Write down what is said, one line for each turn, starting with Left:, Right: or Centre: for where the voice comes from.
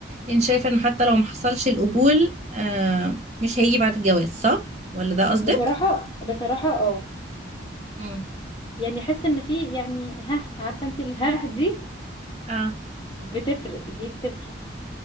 Right: انت شايفة ان حتى لو محصلش القبول آه، مش هيجي بعد الجواز صح؟ ولا ده
Left: ب-
Right: قصدك؟
Left: بصراحه بصراحه اه
Right: مم.
Left: يعني احس ان في يعني ها عارفه انت الها دي
Right: اه
Left: بتفرق دي بتفرق